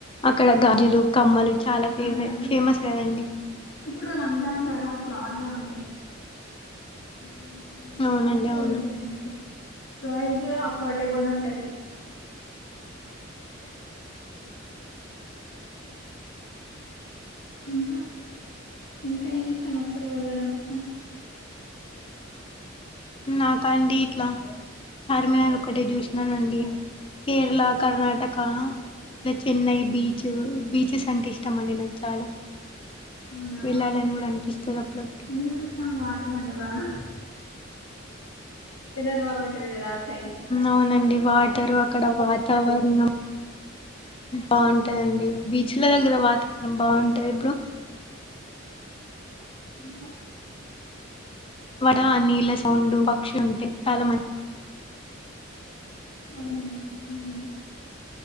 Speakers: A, on the left; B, on the left.
A: అక్కడ గాజులు కమ్మలు చాలా ఫేవ
B: అవునా
A: ఫేమస్ కదండి
B: ఇప్పుడు రంజాన్ కదా బాగా ఉంటాయి మంచి మంచి
A: అవునండి
B: మస్తుగుంటాయ్
A: అవును
B: అన్నట్టు ప్రైస్ కూడా అఫోర్డబుల్ ఉంటది ఇంకా ఇంకా ఏమి ఇష్టం ఎక్కడ వెళ్ళడం ఇష్టం
A: నాకా అండి ఇట్లా చార్మినారు ఒక్కటే చూసినానండి కేరళ కర్ణాటక ఇట్లా చెన్నై బీచ్ బీచెస్ అంటే ఇష్టం అండి నాకు చాలా
B: అవునా
A: వెళ్ళాలని కూడా అనిపిస్తది అప్పుడప్పుడు
B: ఎందకి స్టమ్ గుంటదానా ఇదరు బాగుంటది కదా సైడ్
A: అవునండి వాటరు అక్కడ వాతావరణం బాగుంటందండి బీచ్ల దగ్గర వాతావరణం బాగుంటంది బ్రో
B: ఇంకా
A: వడ నీళ్ళ సౌండు పక్షి ఉంటే చాలా మం
B: అంటే ఉమ్